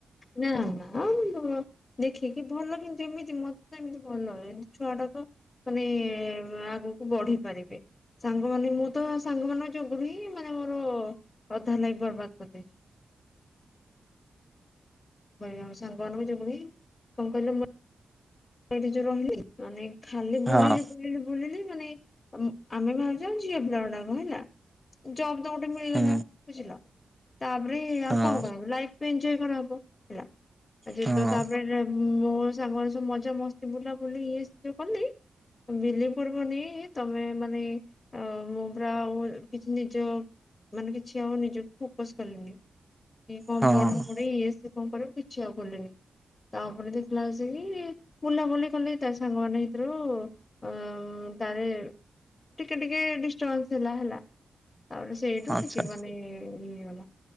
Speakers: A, on the left; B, in the centre.
A: ନା ନା ଆଉ ନ ଦେଖିକି ଭଲ କିନ୍ତୁ ଏମିତି ମତେ ତ ଏମିତି ଭଲ ଏମିତି ଛୁଆଟା ଗୁଡାକ ମାନେ ଆଗକୁ ବଢି ପାରିବେ। ସାଙ୍ଗ ମାନେ ମୁଁ ତ ସାଙ୍ଗ ମାନଙ୍କ ଯୋଗୁରୁ ହିଁ ମାନେ ମୋର ଅଧା ଲାଗି ବର୍ବାଦ କରିଦେଇଛି। କହିବ ଆ ସାଙ୍ଗମାନଙ୍କୁ ଯୋଗୁଁ ହିଁ କଣ କହିଲ ଏଇଠି ଯୋଉ ରହିଲି ମାନେ ଖାଲି ବୁଲିଲି
B: ହଁ
A: ବୁଲିଲି ବୁଲିଲି ମାନେ ଆମେ ଭାବୁଛ ଝିଅ ପିଲା ଗୁଡାକ ହେଲା। ଜବ ତ ଗୋଟେ ମିଳିଗଲା
B: ହୁଁ
A: ବୁଝିଲ। ତାପରେ
B: ହଁ
A: ଆଉ କଣ କରା ହବ ଲାଇଫ ଏନଞ୍ଜୟ୍ କରାହବ ହେଲା। ଆଜି ଜେତ
B: ହଁ
A: ତାପ ରେ ମୋ ସାଙ୍ଗ ମାନେ ସବୁ ମଜା ମସ୍ତି ବୁଲାବୁଲି ଇଏ ସିଏ ଯୋଉ କଲି। ବିଲିଭ କରିବନି ତମେ ମାନେ ଆଉ ମୁଁ ପୁରା ଆଉ କିଛି ନିଜ ମାନେ କିଛି ଆଉ ନିଜକୁ ଫୋକସ କଲିନି। କି କଣ
B: ହଁ
A: ପଢା ପଢି ଇଏ ସିଏ କଣ କରିବ କିଛି ଆଉ କଲିନି। ତାପରେ ଦେଖିଲା ହେଳକୁ ସେଇ ବୁଲାବୁଲି କଲି ତା ସାଙ୍ଗ ମାନେ ଭିତୁରୁ ଆ ଉଁ ତାରେ ଟିକେ ଟିକେ ଡିଷ୍ଟଭାନ୍ସ ହେଲା ହେଲା। ତାପରେ ସେଇଠୁ
B: ଆଚ୍ଛା
A: ଟିକେ ମାନେ ଇ ହେଇଗଲା।